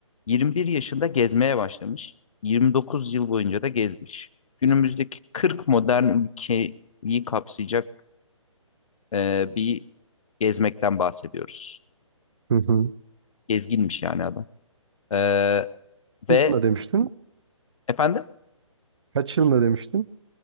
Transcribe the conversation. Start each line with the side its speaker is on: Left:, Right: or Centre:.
Left: 21 yaşında gezmeye başlamış. 29 yıl boyunca da gezmiş. Günümüzdeki 40 modern ülkeyi kapsayacak e, bir gezmekten bahsediyoruz.
Right: Hı hı.
Left: Gezginmiş yani adam. Ee, ve
Right: Ne demiştin?
Left: efendim
Right: Kaç yılında demiştin?